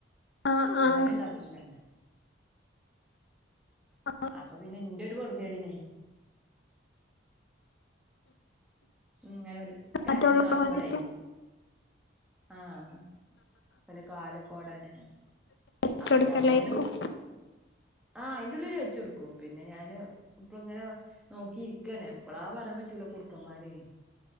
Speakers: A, on the left; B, in the centre.
A: ആ ആ
B: അങ്ങനെ ഇണ്ടാക്കിയതാണ്
A: ആഹ്
B: അപ്പൊ പിന്നെ ന്റെ ഒരു പൊറതിയടിന് ഇങ്ങനോല് കരയണ
A: മറ്റുള്ളവർക്ക്
B: കാണുമ്പോള്
A: വേണ്ടി
B: ആഹ് പിന്നെ കാലൊക്കോടാന്
A: ഇട്ട്
B: അപ്പം
A: കൊടുക്കലായിക്കും
B: ഞാന്പ്പൊ ഇങ്ങനെ വിട്ട് ആഹ് അയിന്റുള്ളില് വെച്ച് കൊട്ക്കും പിന്നെ ഞാന് ഇപ്പം ഇങ്ങനെ നോക്കിയിരിക്കണ് എപ്പളാ പറയാൻ പറ്റൂല കുറുക്കന്മാര്